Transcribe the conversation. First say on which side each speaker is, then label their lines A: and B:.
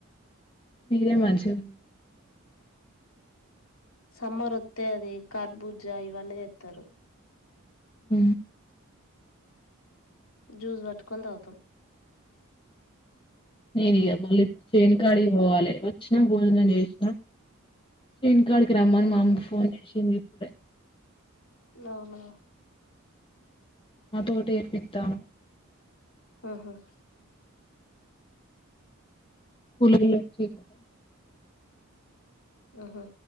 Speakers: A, on the left (about 25°); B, on the left (about 75°).
A: మీరే మంచిగా ఉంది
B: సమ్మర్ వస్తే అది కర్బూజ ఇవన్నీది ఎస్తారు
A: అ
B: జ్యూస్ పట్టుకొని తాగుతం
A: <inaudible> కాడికి పోవాలి వచ్చిన భోజనం చేసిన చేను కాడికి రమ్మని
B: అవును
A: మామ ఫోన్ చేసి ఇ ఇప్పుడ
B: అవునా
A: అదోటి ఏర్పిత్తరు
B: ఓహో
A: <unintelligible>
B: ఓహో